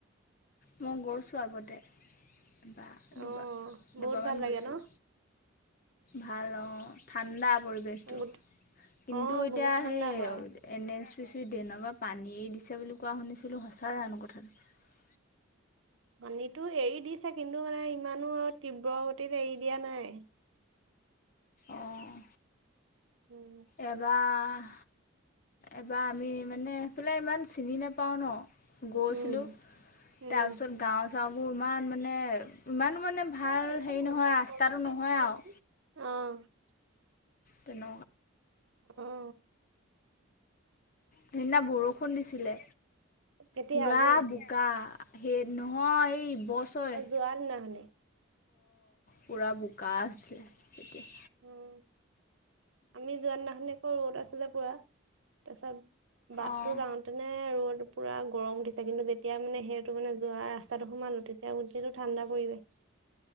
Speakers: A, on the left; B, on the right.
A: মই গৈছোঁ আগতে। এবাৰ, দুবাৰ।
B: অ বহুত
A: দুবাৰমান
B: ভাল লাগে
A: গৈছোঁ,
B: ন?
A: ভাল অ ঠাণ্ডা পৰিৱেশটো
B: গোট
A: কিন্তু
B: অ
A: এতিয়া
B: বহুত ঠাণ্ডা
A: সেই
B: হয়
A: এন এছ পি চি ডেনৰ বা পৰা পানীয়ে দিছে বুলি কোৱা শুনিছিলোঁ সঁচাই জানো কথাটো? <unintelligible>
B: <inaudible> পানীতটো এৰি দিছে কিন্তু মানে ইমানো আৰু তীব্ৰ গতিত এৰি দিয়া নাই।
A: অ',
B: উম
A: এবাৰ এবাৰ আমি মানেএফিলে ইমান চিনি নেপাও ন? গৈছিলোঁ
B: উম উম
A: তাৰপিছত গাঁও চাওঁবোৰ ইমান মানে ইমানো
B: অ
A: মানে ভাল হেৰি নহয় ৰাস্তাটো নহয় আৰু তে ন
B: আহ।
A: সেইদিনা বৰষুণ, দিছিলে
B: কেতিয়া
A: পুৰা
B: আজি
A: বোকা সেই নহয় বছৰে
B: অজোৱাৰ নাহনি?
A: পুৰা বোকা আছিলে। তেতিয়া
B: উম আমি যোৱাত নাখনি'ক ৰ'দ আছিলে পুৰা। তাৰছত বাটতটো
A: অঁ
B: যাওঁতে ন ৰ'দ পুৰা গৰম উঠিছে কিন্তু যেতিয়া মানে সেইটো মানে যোৱা ৰাস্তাটো সোমালো তেতিয়া উঠটো ঠাণ্ডা পৰিৱেশ।